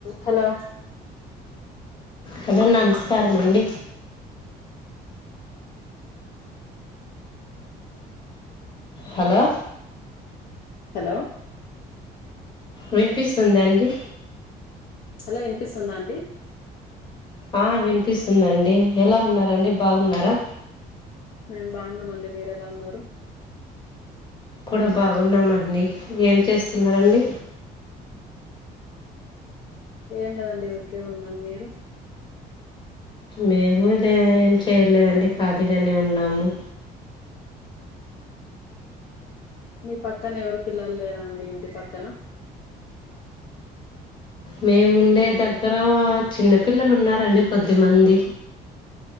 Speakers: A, on the left; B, on the left.
A: Hello
B: hello నమస్కారమండి hello
A: hello
B: వినిపిస్తుంద అండి
A: హలో వినిపిస్తుందా అండి
B: ఆ వినిపిస్తుందండి ఎలా ఉన్నారండి బాగున్నారా
A: మేం బాగున్నామమండి మీరెలా ఉన్నారు
B: కూడా బాగున్నామండి ఏం చేస్తున్నరండి
A: ఏం లేదండి ఊరికే ఉన్నాం మీరు
B: మేము లేద ఏం చేయలేదండి ఖాలీగానే ఉన్నాము
A: మీ పక్కన ఎవరు పిల్లలు లేరా అండి ఇంటి పక్కన
B: మేముండే దగ్గర చిన్నపిల్లలు ఉన్నారండి కొద్దిమంది